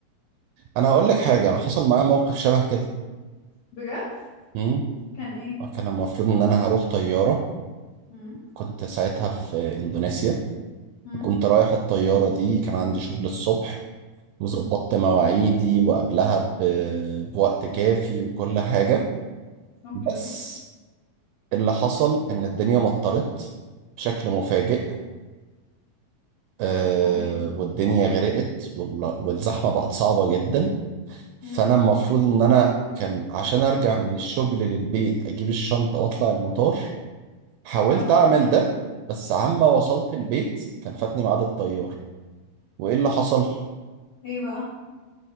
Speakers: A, on the right; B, on the left.
A: انا هقول لك حاجه انا حصل معايا موقف شبه كده
B: بجد
A: مم.
B: كان ايه
A: كان المفروض ان انا هروح طياره
B: مم.
A: كنت ساعتها في اندونيسيا
B: مم.
A: كنت رايح الطياره دي كان عندي شغل الصبح وظبطت
B: مم.
A: مواعيدي وقبلها ب... بوقت كافي وكل حاجه
B: اوكي
A: بس اللي حصل ان الدنيا مطرت بشكل مفاجئ آه
B: تمام
A: والدنيا غرقت وال... والزحمه بقت صعبه جدا فانا
B: مم.
A: المفروض ان انا كان عشان ارجع من الشغل للبيت اجيب الشنطه واطلع المطار حاولت
B: اه
A: اعمل ده بس عما وصلت البيت كان فاتني ميعاد الطيار وايه اللي حصل
B: ايه بقى